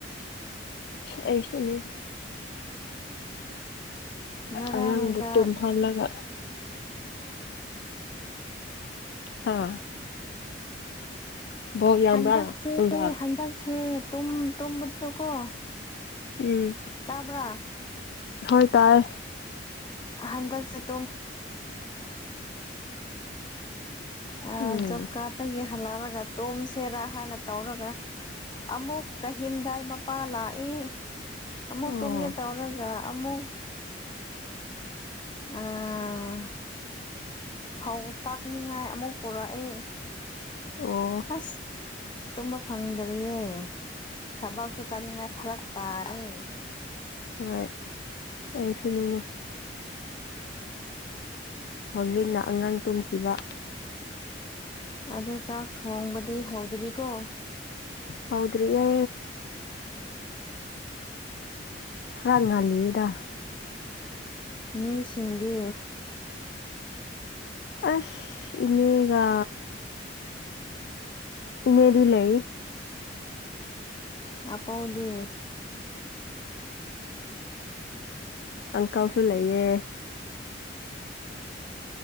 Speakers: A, on the left; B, on the left.
A: ꯑꯩꯁꯨꯅꯤꯗ
B: ꯉꯔꯥꯡ
A: ꯑꯉꯥꯡꯗꯤ
B: ꯅꯨꯡꯗꯥꯡ
A: ꯇꯨꯝꯍꯜꯂꯒ
B: <inaudible>
A: ꯍꯥ ꯕꯣꯜ ꯌꯥꯝꯕ꯭ꯔꯥ
B: ꯍꯟꯗꯛꯆꯦ
A: ꯅꯨꯡꯗꯥꯡ
B: ꯍꯟꯗꯛꯁꯦ ꯇꯨꯝ ꯇꯨꯝꯕꯗꯀꯣ
A: ꯎꯝ
B: ꯇꯥꯕ꯭ꯔꯥ
A: ꯍꯣꯏ ꯇꯥꯏ
B: ꯍꯟꯗꯛꯁꯦ <inaudible> ꯑꯥ
A: ꯎꯝ
B: ꯖꯣꯕ ꯀꯥꯠꯇꯒꯤ ꯍꯜꯂꯛꯔꯒ ꯇꯣꯝꯁꯦꯔꯥ ꯍꯥꯏꯅ ꯇꯧꯔꯒ ꯑꯃꯨꯛ ꯀꯍꯤꯝꯗꯥꯏ ꯃꯄꯥ ꯂꯥꯛꯏ ꯑꯃꯨꯛ
A: ꯑꯣ
B: ꯇꯨꯝꯒꯦ ꯇꯧꯔꯒ ꯑꯃꯨꯛ ꯑꯥ ꯐꯧ ꯇꯛꯅꯤꯡꯉꯥꯏ ꯑꯃꯨꯛ ꯄꯨꯔꯛꯑꯦ
A: ꯑꯣ
B: ꯑꯁ ꯇꯨꯝꯕ ꯐꯪꯗꯔꯤꯌꯦ ꯊꯕꯛꯁꯨ ꯆꯠꯅꯤꯡꯉꯥꯏ ꯐꯔꯛ ꯇꯥꯔꯦ
A: ꯍꯣꯏ ꯑꯩꯁꯨꯅꯤꯅꯦ ꯍꯧꯖꯤꯛꯅ ꯑꯉꯥꯡ ꯇꯨꯝꯈꯤꯕ
B: ꯑꯗꯣ ꯆꯥꯛ ꯊꯣꯡꯕꯗꯤ ꯍꯧꯗ꯭ꯔꯤꯀꯣ
A: ꯍꯧꯗ꯭ꯔꯤꯌꯦ ꯈꯔ ꯉꯜꯂꯤꯌꯦꯗ
B: ꯃꯤꯁꯤꯡꯗꯤ
A: ꯑꯁ ꯏꯅꯦꯒ ꯏꯅꯦꯗꯤ ꯂꯩ
B: ꯑꯄꯥꯎꯗꯤ
A: ꯑꯪꯀꯜꯁꯨ ꯂꯩꯌꯦ